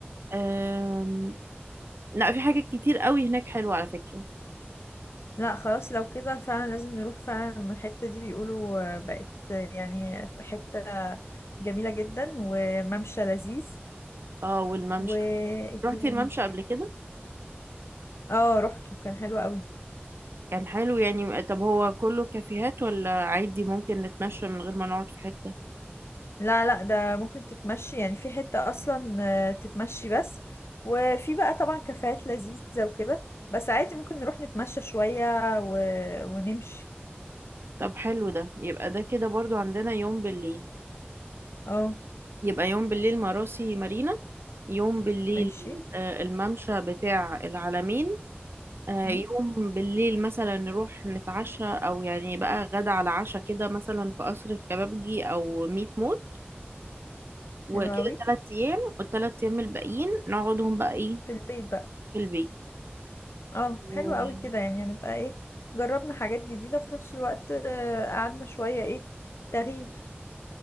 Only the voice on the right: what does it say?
آم، لا في حاجات كتير قوي هناك حلوة على فكرة
اه والممشى
رحتي
الممشى قبل كده
كان حلو يعني طب هو كله كافيهات ولا عادي ممكن نتمشى من غير ما نقعد في حتة
طب حلو ده يبقى ده كده برضو عندنا يوم بالليل
يبقى يوم بالليل مراسي مارينا يوم بالليل
آه، الممشى بتاع العلمين آه،
يوم بالليل مثلا نروح نتعشى او يعني بقى غدا على عشاء كده مثلا في قصر الكبابجي او ميت موت وكده
ثلاث ايام والثلاث ايام الباقيين نقعدهم بقى ايه
في البيت
اه